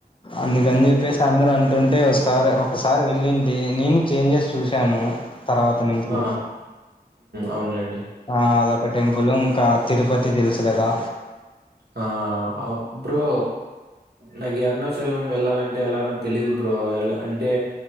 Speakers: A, on the left; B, on the right.
A: అందుకని చెప్పేసి అందరూ అంటుంటే ఒకసారి ఒకసారి వెళ్ళింటి నేను చేంజెస్ చూశాను తర్వాత నుంచి
B: ఆ, అవునులేండి
A: ఆ అదొక టెంపుల్ ఇంకా తిరుపతి తెల్సు కదా
B: ఆ అ బ్రో నాకు అరుణాచలం వెళ్ళాలంటే ఎలానో తెలిదు బ్రో ఎ అంటే